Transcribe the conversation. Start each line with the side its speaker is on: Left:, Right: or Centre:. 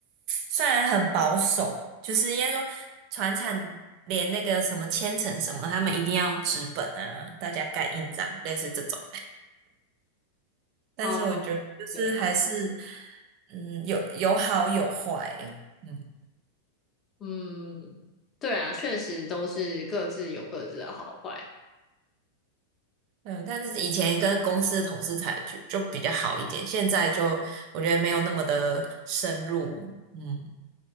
Right: 虽然很保守，就是应该说船产连那个什么签呈什么，他们一定要用纸本啊，大家盖印章，类似这种。但是我觉得就是还是，
Left: 哦，对，
Right: 嗯，有有好有坏欸，嗯。
Left: 嗯，对啊，确实都是各自有各自的好坏。
Right: 嗯，但是以前跟公司同事才就就比较好一点，现在就我觉得没有那么的深入，嗯，